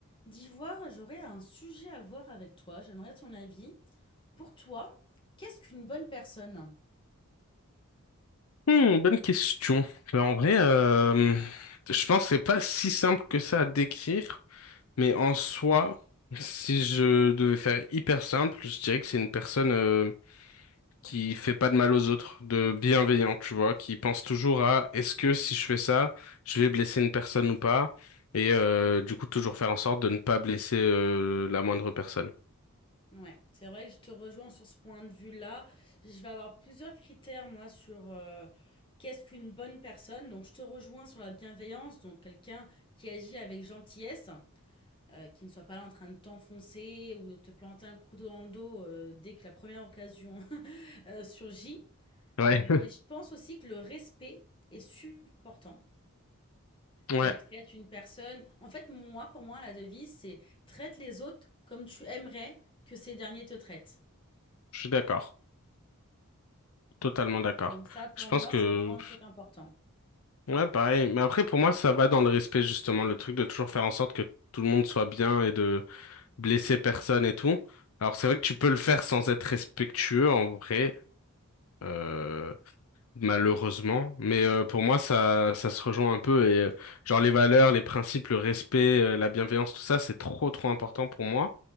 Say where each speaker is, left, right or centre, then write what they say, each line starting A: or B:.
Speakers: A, on the left (about 20°); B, on the left (about 75°).
A: D'ivoire, j'aurais un sujet à voir avec toi. J'aimerais ton avis. Pour toi, qu'est-ce qu'une bonne personne?
B: Hmm, bonne question. Euh, En vrai, euh, je pense que c'est pas si simple que ça à décrire, mais en soi, si je devais faire hyper simple, je dirais que c'est une personne euh, qui fait pas de mal aux autres, de bienveillant, tu vois, qui pense toujours à est-ce que si je fais ça, je vais blesser une personne ou pas, et euh, du coup toujours faire en sorte de ne pas blesser euh, la moindre personne.
A: Ouais, c'est vrai que je te rejoins sur ce point de vue-là. Je vais avoir plusieurs critères, moi, sur euh, qu'est-ce qu'une bonne personne. Donc, je te rejoins sur la bienveillance, donc quelqu'un qui agit avec gentillesse, euh, qui ne soit pas là en train de t'enfoncer ou de te planter un couteau dans le dos euh, dès que la première occasion <laughs> euh, surgit.
B: Ouais.
A: Euh,
B: <laughs>
A: mais je pense aussi que le respect est super important.
B: Ouais,
A: Qu'elle traite une personne en fait, moi, pour moi, la devise, c'est: «Traite les autres comme tu aimerais que ces derniers te traitent».
B: je suis d'accord. Totalement d'accord.
A: Donc ça, pour
B: Je pense
A: moi,
B: que,
A: c'est vraiment un truc important.
B: ouais, pareil. Mais après, pour moi, ça va dans le respect, justement, le truc de toujours faire en sorte que tout le monde soit bien et de blesser personne et tout. Alors, c'est vrai que tu peux le faire sans être respectueux, en vrai. Euh, Malheureusement, mais euh, pour moi ça ça se rejoint un peu et euh, genre les valeurs, les principes, le respect, euh, la bienveillance, tout ça c'est trop trop important pour moi